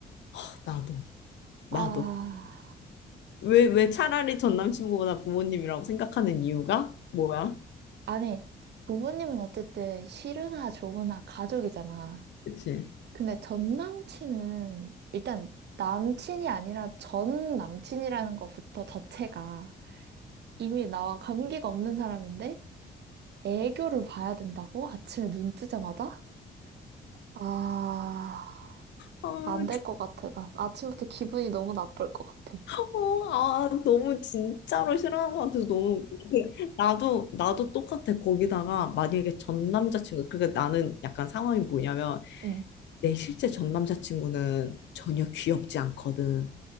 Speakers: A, on the left; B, on the right.
A: 하, 나도,
B: 아,
A: 나도. 왜, 왜 차라리 전 남친구보다 부모님이라고 생각하는 이유가 뭐야?
B: 아니, 부모님은 어쨌든 싫으나 좋으나 가족이잖아.
A: 그치?
B: 근데 전 남친은 일단 남친이 아니라 전 남친이라는 것부터 자체가 이미 나와 관계가 없는 사람인데 애교를 봐야 된다고? 아침에 눈 뜨자마자? 아,
A: 어,
B: 안 될 것 같아. 나 아침부터 기분이 너무 나쁠 것 같아.
A: 어, 아, 너무 진짜로 싫어하는 것 같아서 너무 <laughs> 나도 나도 똑같아. 거기다가 만약에 전 남자친구 그러니까 나는 약간 상황이 뭐냐면
B: 응.
A: 내 실제 전 남자친구는 전혀 귀엽지 않거든.